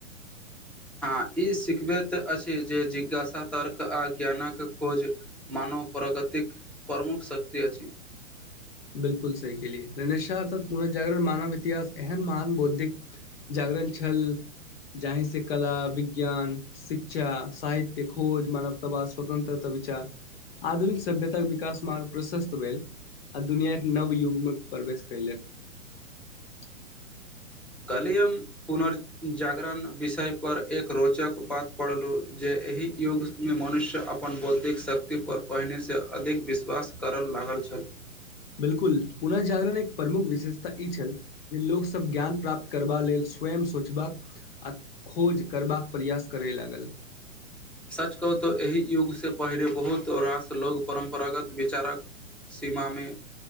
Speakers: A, in the centre; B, on the left.
A: <inaudible> हँ ई सिखबैत अछि जे जिज्ञासा तर्क आ ज्ञानक खोज मानव प्रगतिक प्रमुख शक्ति अछि
B: बिल्कल सही केलियै निस्वार्थ पुर्नजागरण मानव इतिहास एहन महान बौद्धिक जागरण छल जाहि से कला विज्ञान शिक्षा साहित्य खोज मानवतावा स्वतंत्रता विचार आधुनिक सभ्यताके विकास मार्ग प्रशस्त भेल आ दुनीयाकें नवयुगमे प्रवेश कयलक
A: काल्हि हम पुनर्जागरण विषय पर एक रोचक बात पढ़लहु जे एहि युगमे मनुष्य अपन बौद्धिक शक्ति पर पहिने से अधिक विश्वास कर लागल छल
B: बिलकुल पुर्नजागरण एक प्रमुख विशेषता ई छल जे लोकसभ ज्ञान प्राप्त करबा लेल स्वयं सोचबाक आ खोज करबाक प्रयास करय लागल
A: ह <inaudible> सच कहु तऽ एहि युग से पहिले बहुत रास लोग परम्परागत विचारक सीमामे